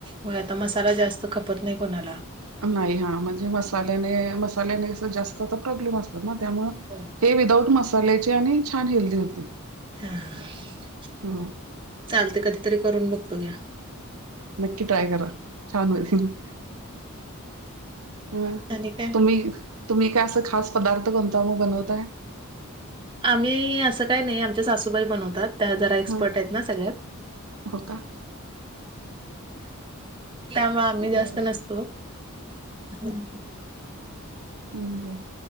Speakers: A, on the right (about 25°); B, on the right (about 85°).
A: मग आता मसाला जास्त खपत नाही कोणाला.
B: नाही हा. म्हणजे मसाल्याने मसाल्याने जास्त तर प्रॉब्लेम असतात ना त्यामूळ
A: हो.
B: हे विदाऊट मसाल्याचे आणि छान हेल्दी होते.
A: हा हा
B: ह
A: चालते कधीतरी करून बघतो घ्या.
B: नक्की ट्राय करा. छान होईल. अं
A: आणि काय
B: तुम्ही तुम्ही काय असं खास पदार्थ कोणता मग बनवताय?
A: आम्ही असं काय नाही. आमच्या सासूबाई बनवतात. त्या जरा एक्सपर्ट
B: ह
A: आहेत ना सगळ्यात.
B: हो का
A: त्यामुळे आम्ही
B: बर.
A: जास्त नसतो. हम.
B: हम बर.